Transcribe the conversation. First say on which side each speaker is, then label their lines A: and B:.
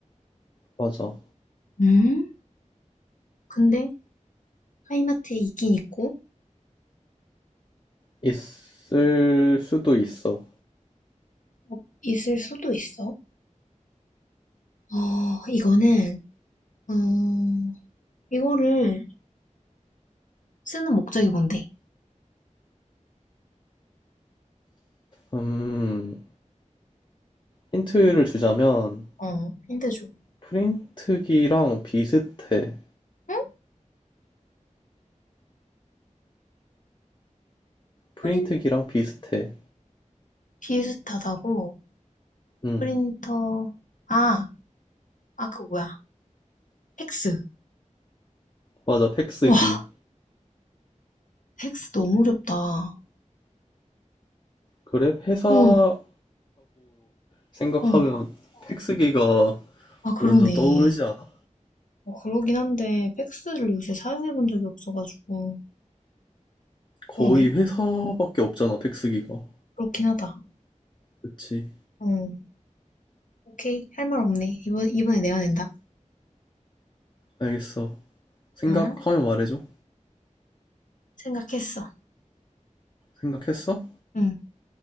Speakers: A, on the left; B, on the left.
A: 맞아.
B: 음? 근데, 하이마트에 있긴 있고,
A: 있을 수도 있어.
B: 어, 있을 수도 있어. 어, 이거는, 어, 이거를 쓰는 목적이 뭔데?
A: 음, 힌트를 주자면
B: 어, 힌트 줘.
A: 프린트기랑 비슷해.
B: 응?
A: 프린트기랑
B: 프린,
A: 비슷해.
B: 비슷하다고,
A: 응
B: 프린터, 아, 아, 그거 뭐야. 팩스.
A: 맞아. 팩스기.
B: 와, 팩스 너무 어렵다.
A: 그래? 회사하고
B: 응,
A: 생각하면
B: 응.
A: 팩스기가
B: 아, 그러네.
A: 먼저 떠오르지 않아?
B: 어, 그러긴 한데 팩스를 요새 사용해 본 적이 없어가지고
A: 거의
B: 그러네.
A: 회사밖에 없잖아, 백수기가.
B: 그렇긴 하다.
A: 그치.
B: 응. 오케이. 할 말 없네. 이번 이번에 내가 낸다
A: 알겠어. 생각하면
B: 응?
A: 말해줘.
B: 생각했어.
A: 생각했어?
B: 응.